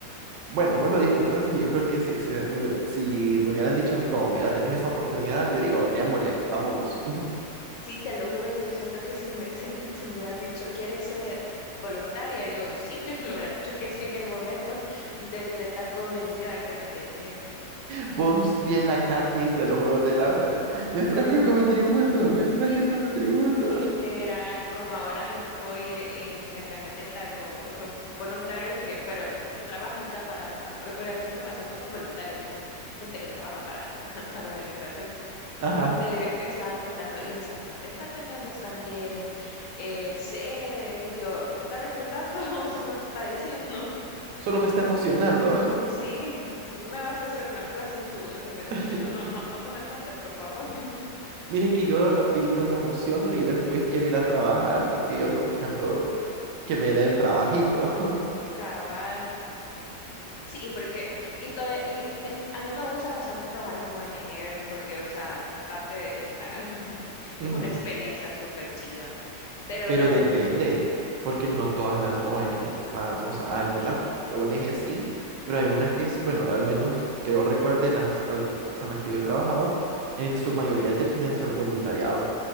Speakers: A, on the right; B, on the left.
A: bueno, vos lo disfrutaste, yo creo que si, si, me, si me hubieran dicho a mí como, mira, tenés esa oportunidad, yo digo, démosle, vámonos. <laughs>
B: Sí, te lo juro que siento que si me, <laughs> se, me se me hubieran dicho, ¿quieres ser voluntaria? Yo sí, <laughs> lo hubieran dicho que sí en el momento de, de tan convencida que me tenía.
A: Vos, bien la Katniss de los Juegos del Hambre, me ofrezco como tributo, me ofrezco
B: Li-
A: como tributo.
B: literal, como ahora me tocó ir en la camioneta con otros voluntarios que, pero que trabajan ya para la or- organización, o sea, no son voluntarios, son gente que trabaja para, <laughs> para la organización.
A: <laughs> Ajá.
B: M- Me estaban contando, y en Santa Tecla tenemos también eh, sedes, y yo, ¿me está reclutando <laughs> o solo me está diciendo? <laughs>
A: solo me está emocionando.
B: Sí, si no me va a ofrecer una plaza en su, en su organización,
A: <laughs>
B: no, no, no, no me cuente, por favor. <laughs>
A: Mire que yo rapidito me emociono y después quiero ir a trabajar porque yo ando buscando que me den trabajito.
B: Cabal. Sí, y porque, y todavía, y me- a mí me gusta bastante trabajar con ONGs, porque, o sea, aparte de que te pagan, <laughs>
A: <laughs>
B: es
A: Ujú.
B: una experiencia súper chiva, pero
A: Pero
B: lament-
A: depende, porque no todas las ONG te pagan. O sea, algunas
B: sí.
A: ONG sí, pero hay unas que, sí- bueno, al menos que yo recuerde las al- con las que yo he trabajado, en su mayoría te piden ser voluntariado.